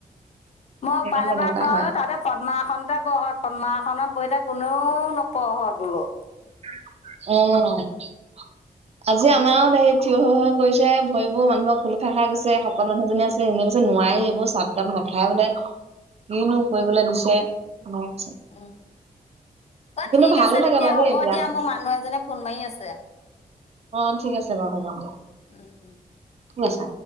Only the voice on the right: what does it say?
সেইকাৰণে
তেনেকুৱা
হয়
অঁ আজি আমাৰো হেৰি থিয় হৈ-হৈ গৈছে, ভৰিবোৰ মানুহৰ খোল খাই - খাই গৈছে মানুহজনী আছে এনে কৈছে নোৱাৰে এইবোৰ চাব তাৰপা নাখাই বোলে, কিনো কৰিবলে দিছে। তেনেকে কৈছে
কিন্তু
ভালো
লাগে বাৰু
দেই ব্যায়াম
অঁ ঠিক আছে বাৰু হ'ব দিয়া।
ঠিক আছে।